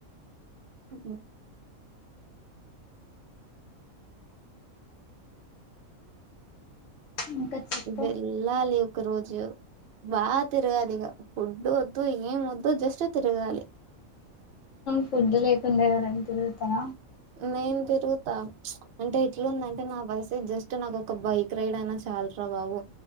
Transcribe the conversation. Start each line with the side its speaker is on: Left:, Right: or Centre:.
Right: ఉ
Left: ఇంకా చెప్పు
Right: ఇ్వలా లే ఒక రోజు బాగా తిరగాదు ఇక ఫుడ్ వద్దు ఏం వద్దు జస్ట్ తిరగాలి
Left: ఫుడ్ లేకుండేవరండి తరుగుతల
Right: నేను తిరుగుతా అంటే ఎట్లాందంటే నా పస జస్ట్ నాకు ఒక బైక్ రైడ్ అయినా చాలరా బాబు